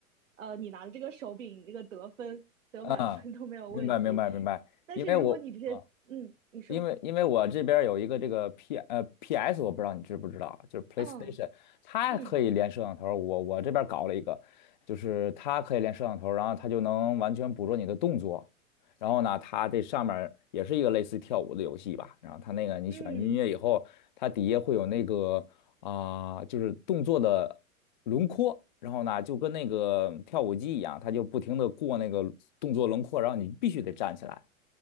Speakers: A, on the right; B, on the left.
A: 呃，你拿着这个手柄，你这个得分得满分都没有问题。
B: 嗯，明白明白明白，
A: 但是如果你直接，
B: 因为我。啊。
A: 嗯，你说，
B: 因为因为我这边儿有一个这个 P 呃 PS，我不知道你知不知道，就是 PlayStation，
A: 嗯
B: 它可以连摄像头儿我我这边儿搞了一个，
A: 嗯
B: 就是它可以连摄像头儿然后它就能完全捕捉你的动作。然后呢，它这上面儿也是一个类似于跳舞的游戏吧。然后它那个你选音乐以后，
A: 嗯
B: 它底下会有那个啊、就是动作的轮廓，然后呢就跟那个跳舞机一样，它就不停的过那个动作轮廓，然后你必须得站起来，